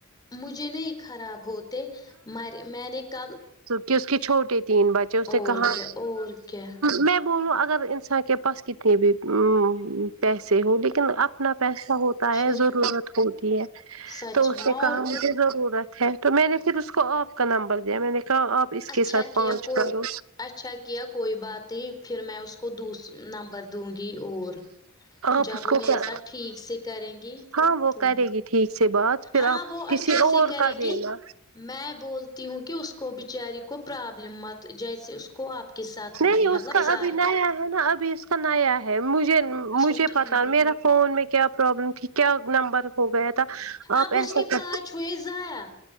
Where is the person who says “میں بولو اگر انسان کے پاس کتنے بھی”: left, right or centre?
Right